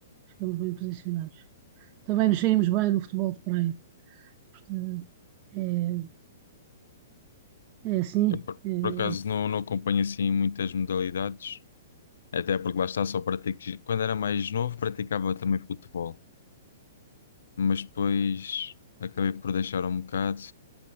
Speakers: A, on the right (about 25°); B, on the left (about 80°).
A: Ficamos bem posicionados. Também nos saímos bem no futebol de praia. Portanto, É, é assim,
B: Eu, por,
A: é
B: por acaso, não, não acompanho assim muitas modalidades, até porque lá está, só pratico. gi- Quando era mais novo, praticava também futebol, mas depois acabei por deixar um bocado